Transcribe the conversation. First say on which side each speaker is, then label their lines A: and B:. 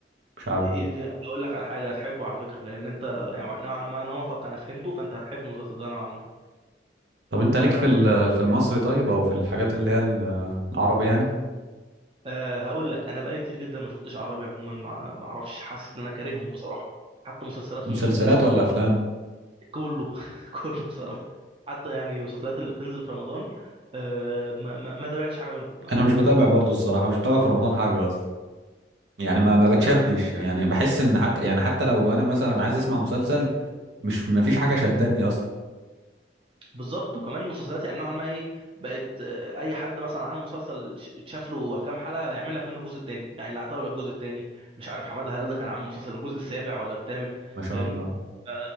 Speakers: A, on the right; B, on the right.
A: مش عارف
B: ي- ي- هقول لك على حاجه هتحبه على فكره لان انت يعني نوعا ما نمطك انا فهمته فانت هتحب المسلسل ده نوعا ما
A: طب انت
B: ف
A: ليك في ال- في المصري طيب او في الحاجات اللي هي ال- العربي يعني
B: أه هقول لك انا بقالي كتير جدا ما شفتش عربي عموما ما ما اعرفش حاسس ان انا كارههم بصراحه حتى مسلسلاتهم
A: مسلسلات
B: اللي بتنزل في
A: ولا
B: رمضان
A: افلام
B: كله <laughs> كله بصراحه حتى يعني المسلسلات اللي بتنزل في رمضان أه ما ما, ما تابعتش حاجه منهم ما
A: انا مش بتابع برضه الصراحة مش بتابع في رمضان حاجة اصلا يعني ما ما بتشدش
B: جدع ما
A: يعني بحس
B: مش مستاهل
A: ان حتى يعني حتى لو انا مثلا عايز اسمع مسلسل مش ما فيش حاجة شداني اصلا
B: بالظبط وكمان المسلسلات يعني نوعا ما ايه بقت آه، اي حد مثلا عامل مسلسل ش- اتشاف له كام حلقه يعمل لك منه الجزء الثاني يعني العتاوله الجزء الثاني مش عارف حماده هلال ده كان عامل مسلسل الجزء السابع ولا الثامن
A: ما شاء
B: فاهمني
A: الله
B: اه